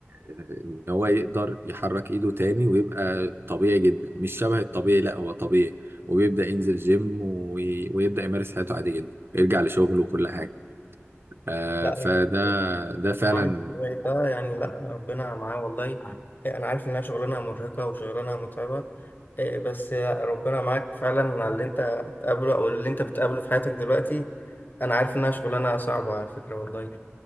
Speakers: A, on the right (about 55°); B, on the left (about 45°).
A: آه، إن هو يقدر يحرك إيده تاني ويبقى طبيعي جدا مش شبه الطبيعي لا هو طبيعي وبيبدأ ينزل جيم وي- ويبدأ يمارس حياته عادي جدا يرجع لشغله وكل حاجة آه،
B: لا
A: فده
B: يعني
A: ده فعلا
B: معالج الطبيعي ده يعني لا ربنا معاه والله إيه، أنا عارف إنها شغلانة مرهقة وشغلانة متعبة إيه، بس ربنا معاك فعلا على اللي أنت هتقابله أو اللي أنت بتقابله في حياتك دلوقتي أنا عارف إنها شغلانة صعبة على فكرة والله